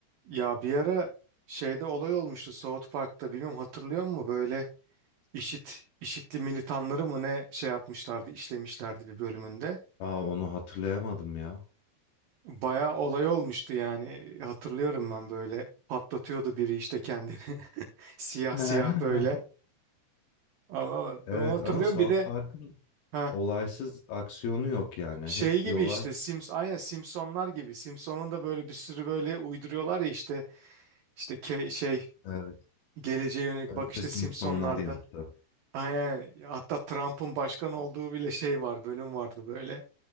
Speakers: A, on the right; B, on the left.
A: Ya bir ara şeyde olay olmuştu South Park'ta bilmiyorum hatırlıyor musun? Böyle işit IŞİD'li militanları mı ne şey yapmışlardı, işlemişlerdi bir bölümünde.
B: Aa onu hatırlayamadım ya.
A: Bayağı olay olmuştu yani hatırlıyorum ben böyle patlatıyordu biri işte kendini <laughs> siyah
B: <laughs>
A: siyah böyle. Allah Allah
B: Evet
A: ben onu hatırlıyorum
B: ama South
A: bir de
B: Park'ın
A: ha
B: olaysız aksiyonu yok yani.
A: şey
B: Hep
A: gibi
B: bir olay.
A: işte Sims aynen Simpsonlar gibi Simpson'un da böyle bir sürü böyle uyduruyorlar ya işte işte ke- şey
B: Evet.
A: geleceğe yönelik
B: Önce
A: bak işte
B: Simpsonlar
A: Simpsonlarda.
B: yaptı.
A: Aynen. Hatta Trump'ın başkan olduğu bile şey var, bölüm vardı böyle.